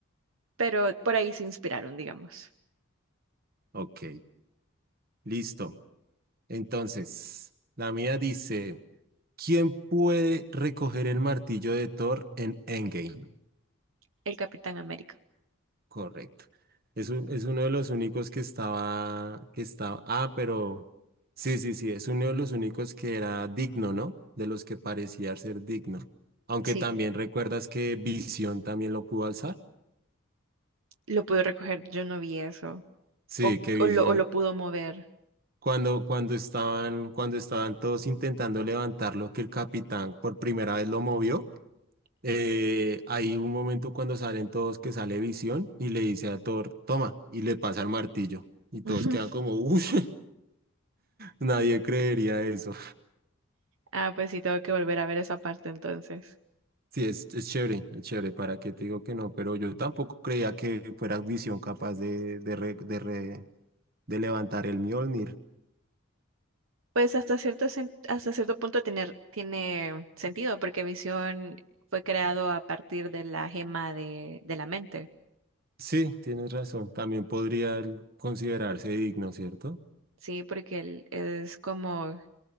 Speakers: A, on the right; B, on the right.
A: pero por ahí se inspiraron, digamos,
B: Ok, listo. Entonces, la mía dice, ¿quién puede recoger el martillo de Thor en Endgame?
A: el Capitán América.
B: Correcto. Es, un- es uno de los únicos que estaba, que estaba, ah, pero sí, sí, sí, es uno de los únicos que era digno, ¿no? De los que parecía ser digno. Aunque
A: Sí.
B: también recuerdas que Visión también lo pudo alzar.
A: Lo pudo recoger, yo no vi eso.
B: Sí,
A: O,
B: que Visión,
A: o lo, o lo pudo mover.
B: cuando, cuando estaban, cuando estaban todos intentando levantarlo, que el capitán por primera vez lo movió, eh, hay un momento cuando salen todos que sale Visión y le dice a Thor, toma, y le pasa el martillo. Y todos
A: <laughs>
B: quedan como, uff. Nadie creería eso.
A: Ah, pues sí, tengo que volver a ver esa parte entonces.
B: Sí, es, es chévere, es chévere, ¿para qué te digo que no? Pero yo tampoco creía que fuera Visión capaz de, de, re- de, re- de levantar el Mjolnir.
A: Pues hasta cierto, sen- hasta cierto punto tener, tiene sentido, porque Visión fue creado a partir de la gema de, de la mente,
B: Sí, tienes razón, también podría él considerarse digno, ¿cierto?
A: ¿sí? Porque él es como